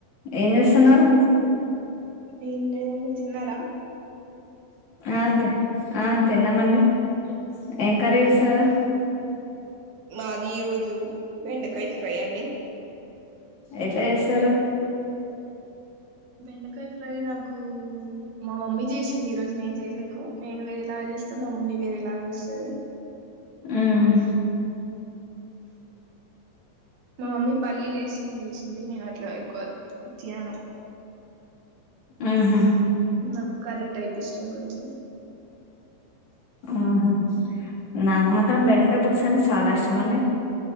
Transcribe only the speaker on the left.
ఏం చేస్తున్నారు
అ అదే ఆ తిన్నామండి ఏం కర్రీ చేసారు
ఎట్లా చేస్తారు
ఉమ్
ఆహా
ఆహా నాకు మాత్రం బెండకాయ పుల్స్ అంటె చాలా ఇష్టమండి